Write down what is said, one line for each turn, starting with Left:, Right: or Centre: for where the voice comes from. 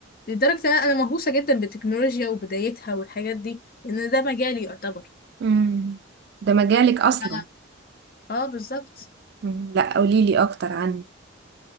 Left: لدرجه ان انا مهووسه جدا بالتكنولوجيا وبدايتها والحاجات دي لان ده مجالي يعتبر
Right: مم. ده مجالك أصلا
Left: ف- اه بالظبط
Right: إمم، لأ قولي لي أكتر عنه.